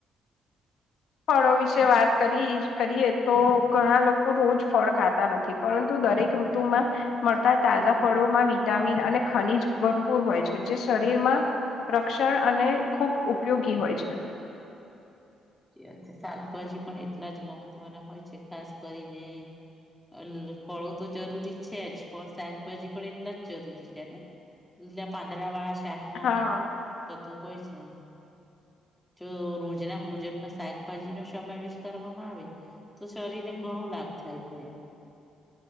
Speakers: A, on the left; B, in the centre.
A: ફળો વિશે વાત કરી કરીએ તો ઘણા લોકો રોજ ફળ ખાતા નથી. પરંતુ દરેક ઋતુમાં મળતા તાજા ફળોમાં વિટામિન અને ખનીજ ભરપૂર હોય છો. જે શરીરમાં રક્ષણ અને ખૂબ ઉપયોગી હોય છે.
B: હાથે શાકભાજી પણ એટલા જ મહત્વના હોય છે. ખાસ કરીને અલ ફળો તો જરૂરી છે જ પણ શાકભાજી પણ એટલા જ જરૂરી છે ને. લા પાંદડા વાળા શાક મની
A: હા
B: થતું હોય છે. જો રોજના ભોજનમાં શાકભાજી નો સમાવેશ કરવામાં આવે, તો શરીરને ઘણો લાભ થાય છે.